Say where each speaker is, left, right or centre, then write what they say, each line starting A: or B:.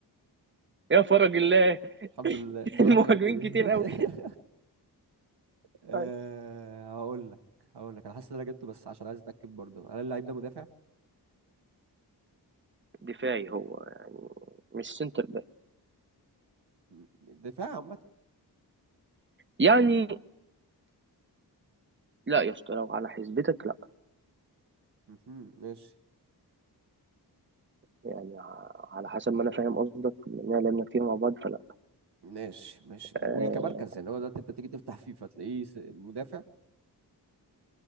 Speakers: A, on the right (about 30°); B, on the right (about 75°).
A: يا فرج الله
B: الحمد لله
A: <laughs>
B: طلعنا
A: المهاجمين
B: في حاجة من الدنيا
A: كتير
B: <laughs>
A: قوي
B: أه
A: طيب
B: هقول لك هقول لك انا حاسس ان انا جبته بس عشان عايز اتاكد برضه هل اللعيب ده مدافع
A: دفاعي هو يعني مش سنتر
B: مم، دفاع عامه
A: يعني لا يا اسطى لو على حسبتك لا
B: مهم، ماشي
A: يعني ع- على حسب ما انا فاهم قصدك لان لعبنا كتير مع بعض فلا
B: ماشي ماشي انا
A: آه
B: بقول كمركز يعني هو ده انت تيجي تفتح فيه فتلاقيه س- مدافع